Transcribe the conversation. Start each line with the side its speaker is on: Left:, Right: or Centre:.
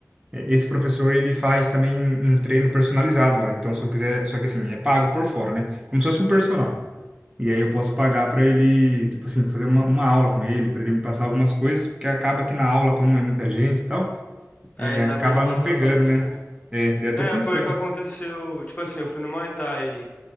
Right: é, esse professor ele faz também um um treino personalizado lá. Então, se eu quiser. Só que assim, é pago por fora, né? Como se fosse um personal. E aí eu posso pagar para ele, tipo assim, fazer uma, uma aula com ele, para ele me passar algumas coisas, porque acaba que na aula, como é muita gente e tal, é,
Left: Aí não
Right: acaba
Left: dá pra gente passar
Right: não pegando,
Left: sozinho,
Right: né?
Left: né?
Right: É, daí eu
Left: É,
Right: tô pensando.
Left: foi o que aconteceu. Tipo assim, eu fui no Muay Thai